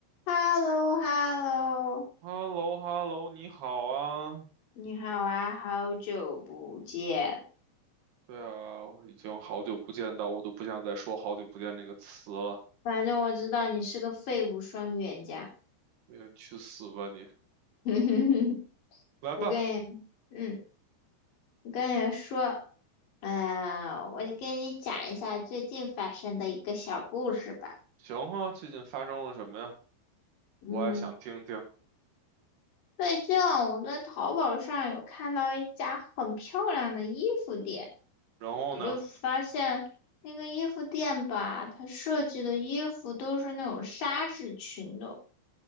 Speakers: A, on the left (about 60°); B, on the right (about 75°).
A: h e l l o h e l l o
B: h e l l o h e l l o 你好啊。
A: 你好啊，好久不见。
B: 对啊，我已经好久不见到，我都不想再说“好久不见”这个词了。
A: 反正我知道你是个废物双语言家。
B: 嗯你去死吧你！
A: <laughs>
B: 来吧，
A: 我跟你，嗯，我跟你说，呀，我就跟你讲一下最近发生的一个小故事吧。
B: 行啊，最近发生了什么呀？
A: 嗯，
B: 我还想听听。
A: 最近啊我在淘宝上有看到一家很漂亮的衣服店，
B: 然后呢？
A: 我就发现那个衣服店吧，它设计的衣服都是那种纱质裙的。